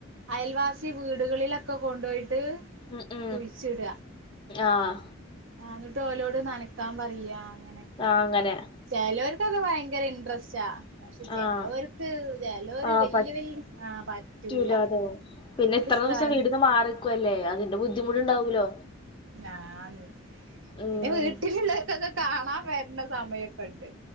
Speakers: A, on the right (about 65°); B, on the left (about 25°).
A: അയൽവാസി വീടുകളിലൊക്കെ കൊണ്ടുപോയിട്ട്
B: ഉം ഉം
A: കുഴിച്ചിട
B: ആഹ്
A: ആഹ് ന്നട്ട് ഓലോട് നനക്കാൻ പറയാ അങ്ങനെ
B: ആഹ് അങ്ങനെ
A: ചെലൊർകൊക്കെ ഭയങ്കര ഇന്ട്രസ്റ്റാ പക്ഷെ ചെലൊർക്ക്
B: ആഹ്
A: ചെലൊര്
B: ആഹ്
A: വല്യ
B: പ
A: വല്യ ആഹ് പറ്റൂല
B: പറ്റൂലാതാവും പിന്നെ
A: ഓല്
B: ഇത്ര
A: ഉസ്താദ്
B: ദുസം വീടിന്ന് മാറിനിക്കു വല്ലേ അതിന്റെ ബുദ്ധിമുട്ടുണ്ടാവലോ
A: ആഹ് ന്ന്
B: ഉം
A: ൻ്റെ വീട്ടിലുള്ളൊർകൊക്കെ കാണാൻ വരുന്ന സമയൊക്കെണ്ട്